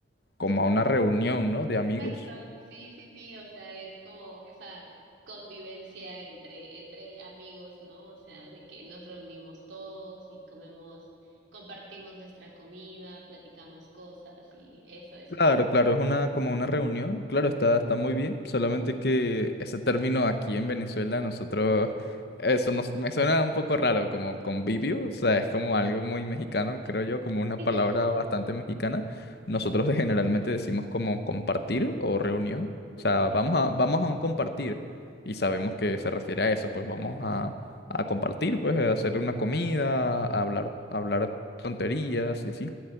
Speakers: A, on the left; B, on the right.
A: como a una reunión, ¿no? De
B: Exacto.
A: amigos.
B: Sí, sí, sí. O sea, es como esa convivencia entre, entre amigos, ¿no? O sea, de que nos reunimos todos y comemos, compartimos nuestra comida, platicamos cosas y eso es
A: Claro,
B: un...
A: claro, es una como una reunión, claro, está, está muy bien, solamente que ese término aquí en Venezuela nosotros, eso nos, me suena un poco raro, como convivio, o sea, es como algo muy mexicano, creo yo, como una
B: <laughs>
A: palabra bastante mexicana. Nosotros de- generalmente decimos como compartir o reunión,
B: Ok.
A: o sea, vamos a, vamos a un compartir y sabemos que se refiere a eso, pues vamos a, a compartir, pues a hacer una comida, a hablar, a hablar tonterías y así.